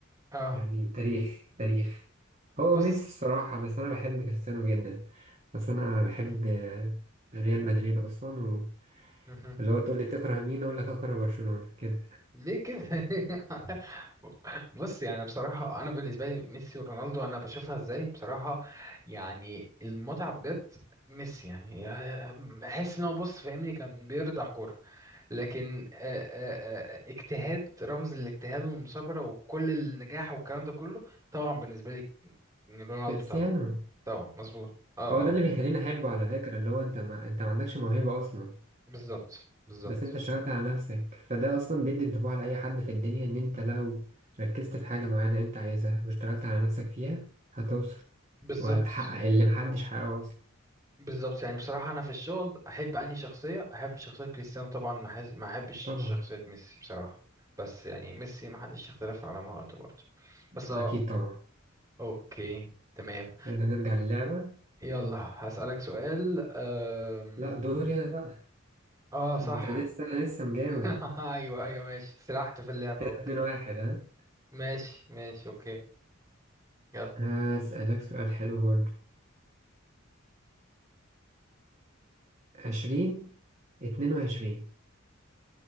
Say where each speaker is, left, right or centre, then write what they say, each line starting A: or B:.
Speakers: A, on the right; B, on the right.
A: اه
B: يعني تاريخ تاريخ هو
A: بص
B: ميسي الصراحة بس أنا بحب كريستيانو جدا بس أنا بحب
A: م-
B: آه، ريال مدريد أصلا
A: مهم.
B: واللي هو تقول لي تكره مين أقول لك أكره برشلونة كده
A: ليه كده <laughs> بص يعني بصراحة أنا بالنسبة لي ميسي ورونالدو أنا بشوفها إزاي بصراحة يعني المتعة بجد ميسي يعني يا- بحس إن هو بص فاهمني كان بيرضع كورة لكن آه، آه، آه، اجتهاد رمز الاجتهاد والمثابرة وكل النجاح والكلام ده كله طبعا بالنسبة لي رونالدو
B: كريستيانو
A: طبعا طبعا مظبوط اه
B: هو ده
A: اه
B: اللي بيخليني أحبه على فكرة اللي هو أنت ما أنت ما عندكش موهبة أصلا
A: بالظبط بالظبط
B: بس انت اشتغلت على نفسك فده اصلا بيدي انطباع لاي حد في الدنيا ان انت لو ركزت في حاجة معينة انت عايزها واشتغلت على نفسك فيها هتوصل
A: بالظبط
B: وهتحقق اللي محدش حققه اصلا
A: بالظبط يعني بصراحة أنا في الشغل أحب أنهي شخصية أحب شخصية كريستيانو طبعا ما أحس- ما أحبش
B: طبعا
A: شخصية ميسي بصراحة بس يعني ميسي ما حدش يختلف على مهارته برضه بس أه
B: اكيد طبعا
A: أوكي تمام
B: يلا نرجع للعبة
A: يلا هسألك سؤال أم...
B: لا دوري انا بقى
A: أه صح
B: انت لسه لسه مجاوب
A: <laughs> أيوه أيوه ماشي سرحت في اللعبة
B: اتنين
A: أوكي
B: واحد
A: ماشي ماشي أوكي يلا
B: ها هسألك سؤال حلو برضه عشرين اتنين وعشرين